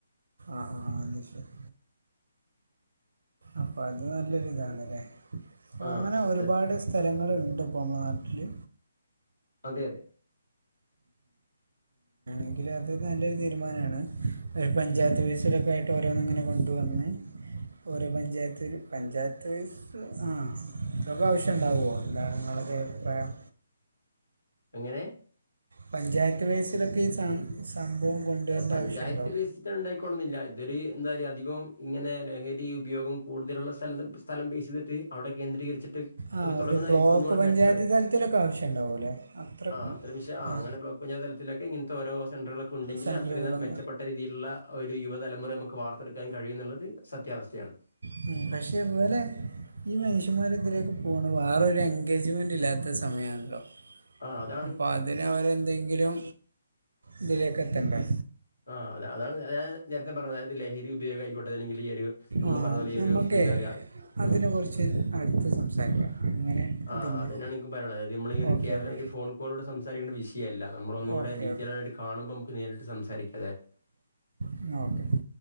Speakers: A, on the right; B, on the left.
A: ആഹ്, ആഹ്, ആഹ്. അഹ് ശരി. അപ്പ അത് നല്ലൊരു ഇതാണ്ലേ? അപ്പോ
B: ആഹ്
A: അങ്ങനെ
B: അത്ര
A: ഒരുപാട് സ്ഥലങ്ങള്ണ്ട് പ്പോ മ്മളെ നാട്ടില്.
B: അതെ അതെ.
A: എങ്കില് അത് നല്ലൊരു തീരുമാനമാണ് ഒരു പഞ്ചായത്ത് ബേസിലൊക്കെ ആയിട്ട് ഓരോന്ന്ങ്ങനെ കൊണ്ട് വന്ന്. ഓരോ പഞ്ചായത്തൊരു പഞ്ചായത്ത് ബേസ്. ത് ആഹ് തൊക്കാവശ്യം ണ്ടാവോ ന്താണ് ങ്ങളൊക്കെ അഭിപ്രായം.
B: എങ്ങനെ.
A: പഞ്ചായത്ത് ബേസിലൊക്കെ ഈ സ സംഭവം. കൊണ്ടുവരേണ്ട
B: അഹ് പഞ്ചായത്ത്
A: ആവശ്യമുണ്ടോ
B: ബേസ്. ഉണ്ടായിക്കോണന്നില്ല ഇതൊര് എന്താ റയാ അധികവും ഇങ്ങനെ ലഹരി ഉപയോഗം കൂടുതലുള്ള സ്ഥലം. സ്ഥലം ബേസേയ്തിട്ട് അവിടെ കേന്ദ്രീകരിച്ചിട്ട്.
A: ആ
B: ഒക്കെ തുടങ്ങണായിരിക്കും
A: ഒരു ബ്ലോക്ക്
B: ഒന്നൂടെ
A: പഞ്ചായത്ത്
B: ബെറ്റർ.
A: തലത്തിലൊക്കെ ആവശ്യം ഉണ്ടാവൂലേ അത്രക്ക്
B: ആഹ് അത്തരം വിഷയം ആഹ്
A: ആ
B: അങ്ങനെ ബ്ലോ ക്ക് പഞ്ചായതലത്തിലൊക്കെ ഇങ്ങനത്തെ ഓരോ സെൻറ്കളൊക്കെ ഉണ്ടെങ്കില്
A: സെൻറ്ററുകളും
B: അത്രിത മെച്ചപ്പെട്ട രീതിയില്ള്ള. ഒരു യുവതലമുറ മ്മക്ക് വാർത്തെടുക്കാൻ കഴിയുംന്നുള്ളത് സത്യാവസ്ഥയാണ്.
A: ഹും പക്ഷേ ഇവലെ ഈ മനുഷ്യന്മാർ ഇതിലേക്ക് പോണ വേറെ ഒരു എൻഗേജ്മെന്റ് ഇല്ലാത്ത സമയാണല്ലോ.
B: ആഹ് അതാണ്
A: അപ്പൊ അതിനവരെ എന്തെങ്കിലും ഇതിലേക്ക് എത്തണ്ടേ.
B: ആഹ് അത അതാണ് അത നേരത്തെ പറഞ്ഞായിരുന്നിലേ ലഹരി ഉപയോഗ ആയിക്കോട്ടെ അല്ലെങ്കിൽ ഈ ഒരു നമ്മള്
A: ആ
B: പറഞ്ഞാ പോലെ ഈ
A: നമുക്കേ
B: ഒരു എന്താ പറയാ
A: അതിനെക്കുറിച്ച്
B: ഉം
A: അടുത്ത് സംസാരിക്കാം അങ്ങനെ
B: ആഹ്
A: ഇതിൻ്റെ
B: അതന്നെയാണ് എനിക്ക് പറയാനുള്ളത്ത് നമ്മൾ ഒരു
A: ഓക്കെ
B: കേവലം
A: ഓക്കെ
B: ഫോൺ ഇപ്പോളിവിടെ സംസാരിക്കണ്ട വിഷയല്ല നമ്മളൊന്നൂടെ
A: ഓക്കെ
B: ഡീറ്റെയിൽ ആയിട്ട് കാണുമ്പോ നമുക്ക് നേരിട്ട് സംസാരിക്ക
A: എന്നാ ഓക്കേ